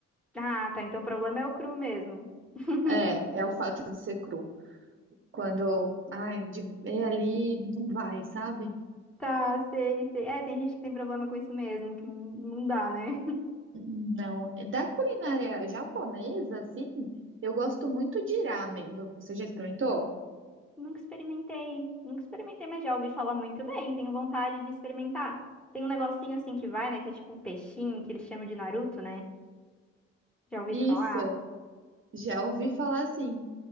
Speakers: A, in the centre; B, on the right.
A: Ah, tá. Então o problema é o cru mesmo. <laughs>
B: é, é o fato de ser cru. Quando, ai, de ver ali, não vai, sabe?
A: Tá, sei, sei. É, tem gente que tem problema com isso mesmo, que não, não dá, né?
B: Não, da culinária japonesa, assim, eu gosto muito de ramen. Você já experimentou?
A: Nunca experimentei, nunca experimentei, mas já ouvi falar muito bem, tenho vontade de experimentar. Tem um negocinho assim que vai, né, que é tipo um peixinho, que eles chamam de Naruto, né? Já ouvi
B: Isso.
A: isso falar?
B: Já ouvi falar assim,